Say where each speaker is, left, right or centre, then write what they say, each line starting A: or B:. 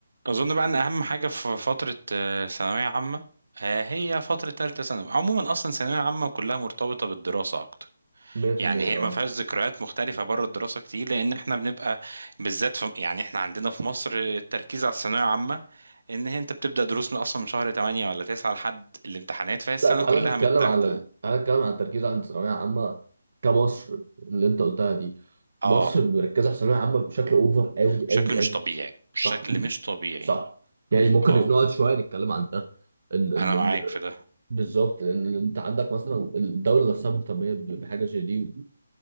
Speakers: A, on the right; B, on the right.
A: اظن بقى ان اهم حاجه في فتره آه، ثانويه عامه آه، هي فتره ثالثه ثانوي عموما اصلا ثانويه عامه كلها مرتبطه بالدراسه اكتر
B: 100%
A: يعني هي ما
B: اه
A: فيهاش ذكريات مختلفه بره الدراسه كتير لان احنا بنبقى بالذات في يعني احنا عندنا في مصر التركيز على الثانويه العامه ان هي انت بتبدا دروس من اصلا من شهر 8 ولا 9 لحد الامتحانات فهي السنه
B: لا تعالى
A: كلها
B: نتكلم
A: متاخده
B: على ال- تعالى نتكلم على التركيز عند الثانويه العامه كمصر اللي انت قلتها دي
A: اه
B: مصر مركزه على الثانويه العامه بشكل اوفر قوي
A: بشكل
B: قوي قوي
A: مش طبيعي بشكل
B: صح
A: مش طبيعي
B: صح يعني ممكن
A: اه
B: نقعد شويه نتكلم عن ده ان ان
A: انا
B: ان
A: معاك في ده
B: بالظبط ان انت عندك مثلا الدوله نفسها مهتميه ب- بحاجه زي دي